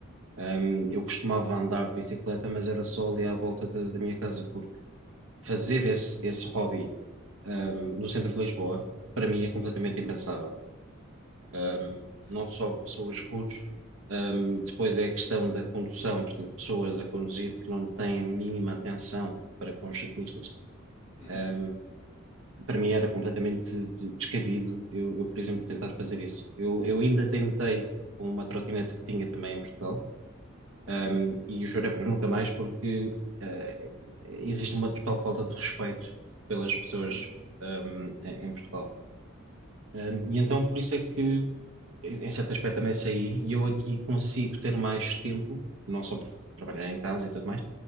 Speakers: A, on the right; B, on the left.
A: Ahm, eu costumava andar de bicicleta, mas era só ali à volta da da minha casa, porque fazer esse, esse hobby, ahm, no centro de Lisboa, para mim é completamente impensável. Ahm,
B: Sim, sim.
A: não só pessoas rudes, ahm, depois é a questão da condução, portanto, pessoas a conduzir que não têm a mínima atenção para com os ciclistas.
B: Uhum,
A: Ahm, para mim era completamente de- descabido eu, eu, por exemplo, tentar fazer isso. Eu, eu ainda tentei
B: uhum,
A: com uma trotinete que tinha também em Portugal um,
B: uhum,
A: e o juro é para nunca mais porque uh, existe uma total falta de respeito pelas pessoas
B: uhum,
A: um, em em Portugal. Um, e então por isso é que, em em certo aspecto, também saí e eu aqui consigo ter mais tempo, não só por trabalhar em casa e tudo mais,